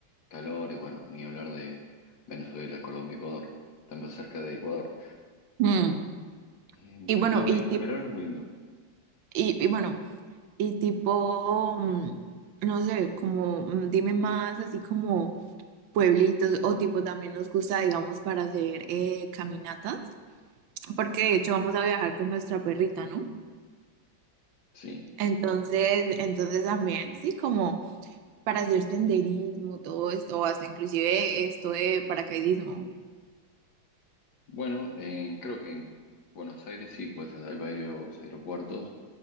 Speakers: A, on the left; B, on the right.
A: calor y bueno, ni hablar de Venezuela, Colombia, Ecuador, también cerca de Ecuador.
B: Mm.
A: Eh,
B: Y
A: Pero
B: bueno, y
A: en
B: tipo,
A: verano es muy lindo.
B: y, y bueno, Y tipo, mm, no sé, como mm, dime más, así como pueblitos o tipo también nos gusta, digamos, para hacer eh, caminatas, porque de hecho vamos a viajar con nuestra perrita, ¿no?
A: Sí,
B: Entonces, entonces también, sí, como para hacer senderismo, todo esto, o hasta inclusive esto de paracaidismo.
A: bueno, en- creo que en Buenos Aires sí, pues hay varios aeropuertos